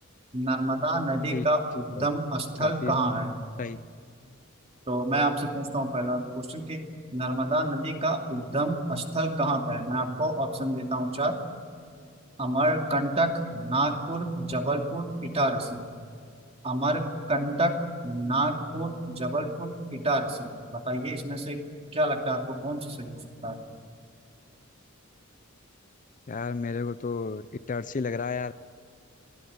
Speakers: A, on the right; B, on the left.
A: नर्मदा नदी
B: ठीक
A: का
B: ठीक
A: उद्गम
B: है
A: स्थल
B: काफ़ी
A: कहाँ है
B: सही
A: तो मैं आपसे पूछता हूँ पहला क्वेश्चन कि नर्मदा नदी का उद्गम स्थल कहाँ पे है मैं आपको ऑप्शन देता हूँ चार। अमरकंटक नागपुर जबलपुर इटारसी अमरकंटक नागपुर जबलपुर इटारसी बताइए इसमें से क्या लगता है आपको कौन सी सही हो सकता है
B: यार मेरे को तो इटारसी लग रहा है यार